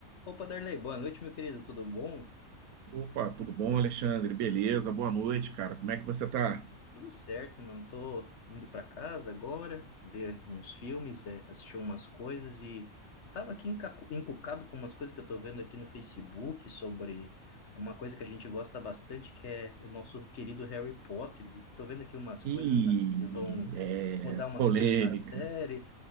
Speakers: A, on the left; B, on the right.
A: Opa, Darley, boa noite, meu querido. Tudo bom?
B: Opa, tudo bom, Alexandre? Beleza, boa noite, cara. Como é que você tá?
A: Tudo certo, mano. Tô indo pra casa agora, ver uns filmes, é, assistir umas coisas e tava aqui enca- encucado com umas coisas que eu tô vendo aqui no Facebook sobre uma coisa que a gente gosta bastante, que é o nosso querido Harry Potter. E tô vendo aqui umas coisas,
B: Ih,
A: né, que vão
B: é
A: mudar umas
B: polêmica.
A: coisas na série,